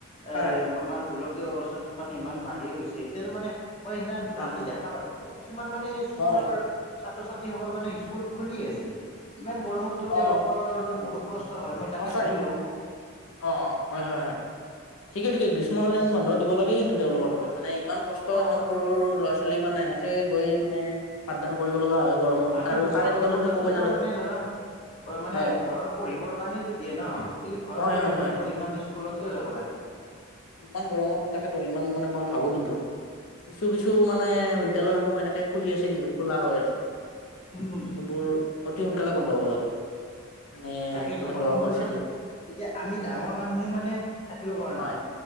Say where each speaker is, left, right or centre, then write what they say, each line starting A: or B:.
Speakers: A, on the left (about 85°); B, on the left (about 30°).
A: হয়
B: এ আমাৰ গোলকীয় অৱস্থানটো মানে ইমান বাঢ়ি গৈছে এতিয়াতো মানে মই সেইদিনা
A: হয়
B: আজি দেখা পালো কিছুমান মানে স্কুলৰ
A: হয় হয়
B: ছাত্ৰ ছাত্ৰীসকল মানে স্কুল খুলি আছে ইমান গৰমততো
A: অ
B: তেওঁলোকৰো বহুত কষ্ট হয় মই তাকে
A: সঁচাই
B: ভাবিলো
A: অ হয় হয় হয় ঠিকে ঠিকে গ্ৰীষ্মকালীন বন্ধত দিব লাগে কিন্তু তেওঁলোকৰ বাবে মানে ইমান কষ্ট
B: অঁ
A: ইমান সৰু সৰু ল'ৰা ছোৱালী ইানে এনে গৈ মানে পাঠদান কৰিব লগা হয় গৰমত
B: তাকো
A: আৰু কাৰেণ্ট
B: গৰম
A: গ'লেতো
B: বন্ধততো
A: ক'বই নালাগে
B: মানে ধৰা মানে
A: হয়
B: ঘৰত পঢ়িবৰ কাৰণে দিয়ে ন গতিকে ঘৰত
A: হয়
B: পঢ়িব
A: হয় হয়
B: দিব ইমান স্কুলত কিয় যাব লাগে
A: ইমান গৰমত থাকেতো ইমান মানে মই ভাবো কিন্তু কিছু কিছু মানে বিদ্যালয়সমূহ এনেকে খুলি আছে কিন্তু খোলা হৈ আছে
B: উম
A: এইবোৰ অতি সোনকালে বন্ধ হব লাগে মানে
B: তাকেইো
A: ইমান
B: গৰম বন্ধত
A: পৰিছে যিহেতু
B: তেতিয়া আমি ডাঙৰ মানুহে মানে থাকিব পৰা
A: হয়
B: নাই